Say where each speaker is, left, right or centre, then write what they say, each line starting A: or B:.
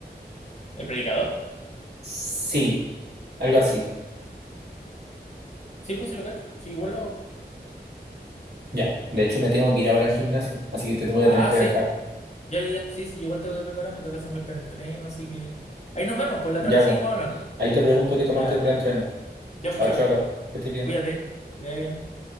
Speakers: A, on the left; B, on the right.
A: ¿El predicador?
B: Sí, algo así.
A: Sí, pues sí lo cacho. Sí, igual lo hago.
B: Ya. De hecho, me tengo que ir ahora al gimnasio, así que te voy
A: Ah,
B: a tener que
A: sí.
B: dejar.
A: Ya, ya, ya. Sí, sí, igual tengo que prepararme, tengo que hacer mi preentreno, así que. Ahí nos vemos, por la
B: Ya,
A: tarde seguimos
B: po.
A: hablando.
B: Ahí te pregunto qué tomaste
A: Ya,
B: de preentreno.
A: ya,
B: Chao,
A: pues choro.
B: choro. Que estés bien.
A: Cuídate. Que te vaya bien.